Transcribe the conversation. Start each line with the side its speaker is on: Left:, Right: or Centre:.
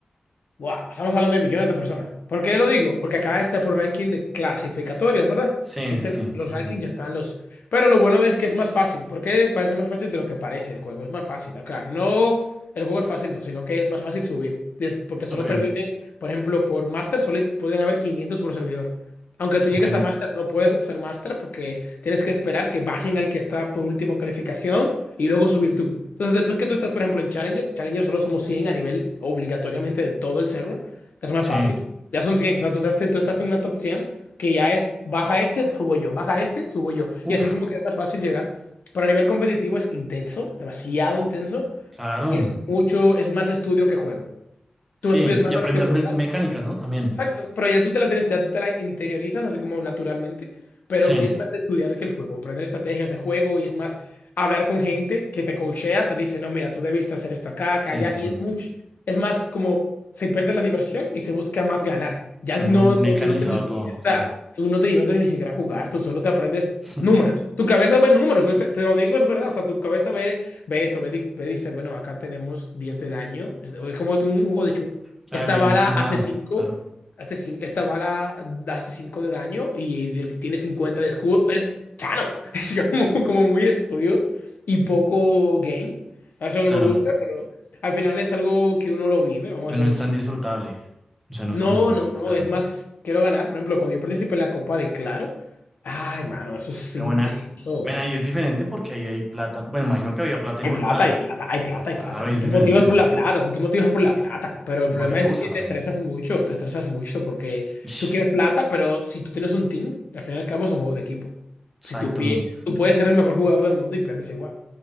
Left: Wow, estamos hablando de millones de personas. ¿Por qué lo digo? Porque acá está por ranking de clasificatorias, ¿verdad?
Centre: Sí,
Left: Existen
Centre: sí, sí,
Left: los, los
Centre: sí,
Left: rankings,
Centre: sí.
Left: ya están los... Pero lo bueno es que es más fácil, ¿Por qué parece más fácil de lo que parece el juego, es más fácil. Acá no, el juego es fácil, no, sino que es más fácil subir, Es porque solo
Centre: Ok,
Left: permiten, por ejemplo, por Master solo pueden haber 500 por servidor. Aunque tú
Centre: ok.
Left: llegues a máster, no puedes ser máster porque tienes que esperar que bajen al que está por último calificación y luego
Centre: Sí.
Left: subir tú. Entonces, después que tú estás, por ejemplo, en Challenger, Challenger solo somos 100 a nivel obligatoriamente de todo el server. Es más
Centre: sí.
Left: fácil. Ya son 100. O sea, tú estás, tú estás en una top 100 que ya es baja este, subo yo, baja este, subo yo.
Centre: Uf,
Left: Y así como que es más fácil llegar. Pero a nivel competitivo es intenso, demasiado intenso.
Centre: claro.
Left: Es mucho, es más estudio que juego.
Centre: Sí,
Left: Tú estudias más
Centre: y aprender
Left: de lo que juegas
Centre: me- mecánicas, ¿no? También.
Left: Exacto, pero ya tú te la tienes, ya tú te la interiorizas así como naturalmente, pero
Centre: Sí,
Left: que es más de estudiar que el juego, aprender estrategias de juego y es más hablar con gente que te coachea, te dice, no, mira, tú debiste hacer esto acá, acá,
Centre: sí,
Left: allá,
Centre: sí, sí.
Left: y es mucho, es más como se pierde la diversión y se busca más ganar. Ya
Centre: Se
Left: es-
Centre: vuelve
Left: no,
Centre: muy mecanizado
Left: no, tú no te diviertas,
Centre: todo, claro.
Left: tú no te diviertes ni siquiera a jugar, tú solo te aprendes
Centre: <laughs>
Left: números. Tu cabeza ve números, este- te lo digo, es verdad, o sea, tu cabeza ve, ve esto, ve, di- ve, dice, bueno, acá tenemos 10 de daño, es es como un juego de chu.
Centre: Claro,
Left: Esta
Centre: empiezas
Left: bala
Centre: como
Left: hace
Centre: a...
Left: 5
Centre: Claro,
Left: este cin- esta bala hace 5 de daño y de- tiene 50 de escudo. Es chano. <laughs> Es como, como muy estudio y poco game. Eso no
Centre: claro.
Left: me gusta, pero al final es algo que uno lo vive, vamos
Centre: Pero
Left: a
Centre: no
Left: decirlo
Centre: es
Left: así.
Centre: tan disfrutable. O sea, no
Left: No,
Centre: es lo mismo,
Left: no, no.
Centre: claro.
Left: Es más, quiero ganar. Por ejemplo, cuando yo participé en la Copa de Claro. Ay, mano, eso es
Centre: Pero
Left: intenso.
Centre: bueno, bueno, ahí es diferente porque ahí hay plata. Bueno, imagino que había plata involucrada.
Left: Hay plata, hay plata, hay plata,
Centre: Claro,
Left: hay plata.
Centre: ahí
Left: Tú
Centre: es
Left: te
Centre: diferente.
Left: motivas por la plata, tú te motivas por la plata. Pero el problema
Centre: Porque te
Left: es
Centre: gusta
Left: que
Centre: también.
Left: te estresas mucho, te estresas mucho porque
Centre: Ish,
Left: tú quieres plata, pero si tú tienes un team, al fin y al cabo es un juego de equipo.
Centre: Exacto,
Left: Si tú, pi-
Centre: men.
Left: tú puedes ser el mejor jugador del mundo y pierdes igual.